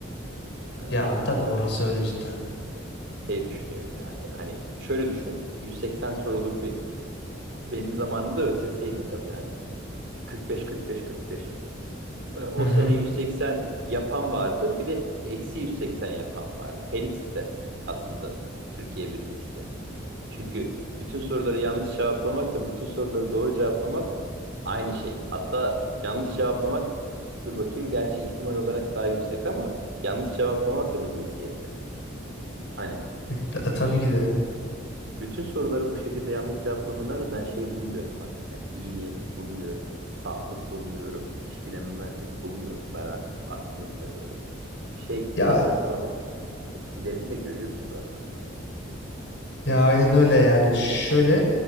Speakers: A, on the right; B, on the left.
A: Ee,
B: Ya tabii orası öyle cidden.
A: şey düşünüyorum yani. Hani şöyle düşün. 180 soruluk bir benim zamanımda ÖSS'ydi tabii hani. 45 45 45. e, o
B: Hı hı.
A: sene 180 yapan vardı. Bir de eksi 180 yapan vardı. Her ikisi de aslında Türkiye birincisi. Çünkü bütün soruları yanlış cevaplamakla bütün soruları doğru cevaplamak aynı şey. Hatta yanlış cevaplamak dur bakayım gerçi ihtimal olarak daha yüksek ama yanlış cevaplamak da bir meziyettir. Hani
B: E, ta- tabii ki de.
A: bütün soruları bu şekilde yanlış cevaplamaları ben şey bulmuyorum artık. Hani iyi niyetli bulmuyorum, saflık bulmuyorum, iş bilememezlik bulmuyorum. Ben artık art niyet arıyorum. Şey
B: Ya
A: zaten sonrası etkilerini de görüyorsun zaten sonrasında.
B: ya aynen öyle yani. Şöyle